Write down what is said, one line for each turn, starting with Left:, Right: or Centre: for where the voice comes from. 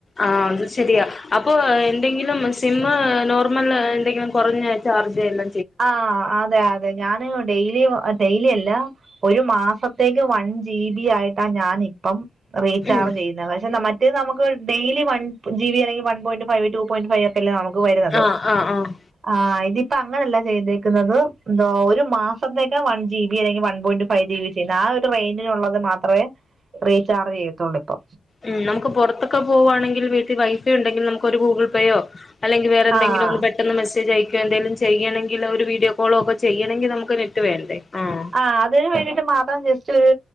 Left: ആഹ അത് ശരിയാ അപ്പൊ എന്തെങ്കിലും സ്- സിമ്മ് നോർമൽ എന്തെങ്കിലും കുറഞ്ഞ ചാർജ്ല്ല
Right: ആ അതെ അതെ ഞാന് ഡെയിലി ശൈലിയല്ല ഒരു മാസത്തേക്ക് വൺ ജി ബി ആയിട്ടാ ഞാൻ ഇപ്പം റീചാർജ്
Left: ഉം
Right: ചെയ്യുന്നത് പക്ഷെ നമ്മ മറ്റേ നമുക്ക് ഡെയിലി വൺ ജി ബി അല്ലെങ്കി one point five two point ഫൈവൊക്കെ ല്ലേ നമക് വരുന്നത്,
Left: ആഹ് ആഹ് ആഹ്
Right: അഹ് ഇതിപ്പോ അ- വന്നേക്കുന്നത് ഒരു മാസത്തേക്ക് വൺ ജി ബി അല്ലെങ്കെ one point five G B ഒക്കേണ് ആ രു ള്ളത് മാത്രവേ റീചാർജ് ചെയ്യത്തൊള്ളൂ ഇപ്പൊ
Left: ഉം നമുക്ക് പുറത്തൊക്കെ ഇം നമുക്ക് നമുക്ക് പൊർത്ത്ക്ക് പോവാണെങ്കിൽ വീട്ടിൽ വൈഫ ഉണ്ടെങ്കിൽ നമുക്കൊരു ഗൂഗിൾ പേയോ അല്ലെങ്കി വേറെന്തങ്കിലും
Right: ആഹ്
Left: ന്ന് പെട്ടെന്ന് മെസേജെയ് എന്തേലും ചെയ്യണങ്കിലൊ ഒരു വീഡിയോ കോളോക്കെ ചെയ്യണങ്കി നമുക്ക് നെറ്റ് വേണ്ടേ ആഹ്
Right: ആ അതിനന് വേണ്ടിട്ട് മാത്രം ജസ്റ്റ് ഒരു